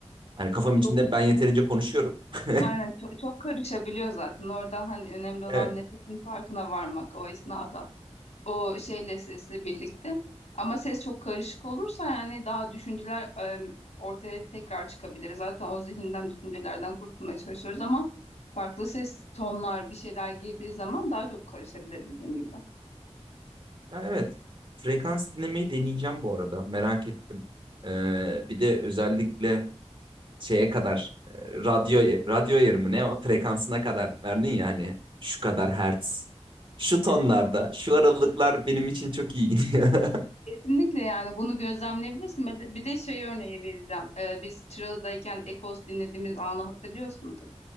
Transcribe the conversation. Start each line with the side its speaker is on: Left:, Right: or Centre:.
Right: Hani kafam
Left: çok
Right: içinde ben yeterince konuşuyorum. <laughs>
Left: aynen çok, çok karışabiliyor zaten. Orada hani önemli olan
Right: Evet.
Left: nefesin farkına varmak o esnada. o şeyle sesle birlikte. Ama ses çok karışık olursa yani daha düşünceler e, ortaya tekrar çıkabilir. Zaten o zihinden düşüncelerden kurtulmaya çalışıyoruz ama farklı ses tonlar bir şeyler girdiği zaman daha çok karışabilir dediğin gibi.
Right: Ya evet. Frekans dinlemeyi deneyeceğim bu arada. Merak ettim. Ee, bir de özellikle şeye kadar e, radyo radyo ayarımı ne o? Frekansına kadar verdin ya hani şu kadar hertz. Şu tonlarda,
Left: Evet,
Right: şu aralıklar benim için çok iyi gidiyor. <laughs>
Left: kesinlikle yani bunu gözlemleyebilirsin. Bir de bir de şey örneği vereceğim. E, biz Çıralı'dayken Ekos dinlediğimiz anı hatırlıyorsundur.